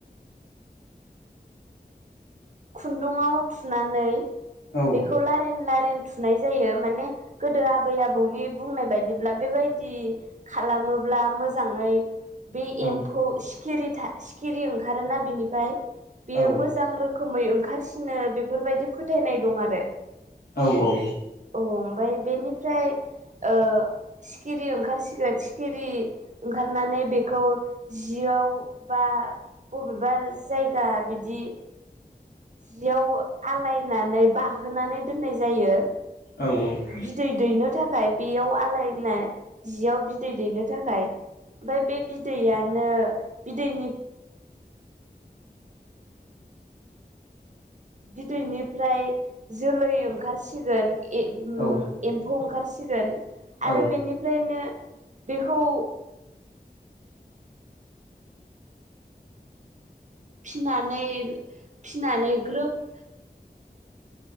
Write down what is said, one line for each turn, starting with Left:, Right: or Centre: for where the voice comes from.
Right: खुन्दुङाव थुनानै
Left: औ
Right: बेखौ लारिन लारिन थु नाय जायो माने गोदो आबै आबौनि बुंनाय बायदिब्ला बेबायदि खालामोब्ला मोजाङै बि
Left: औ
Right: एम्फौ सिखिरि था सिखिरि ओंखारोना बिनिफ्राय बेयो
Left: औ
Right: मोजां र रोखोमै ओंखारसिनो बेफोरबायदि फोथायनाय दं आरो
Left: औ औ
Right: औ ओमफ्राय बेनिफ्राय ओ सिखिरि ओंखारसिगोन सिखिरि ओंखारनानै बेखौ जियाव बा बबेबा जायगा बिदि जियाव आलायनानै बाहोनानै दोननाय जायो
Left: औ औ
Right: बिदै दैनो थाखाय बेयाव आलायनाय जियाव बिदै दैनो थाखाय ओमफ्राय बे बिदैयानो बिदैनि बिदैनिफ्राय जोलै ओंखारसिगोन ए
Left: औ
Right: एम्फौ ओंखारसिगोन आरो
Left: औ
Right: बेनिफ्रायनो बेखौ फिनानै फिनानै ग्रोब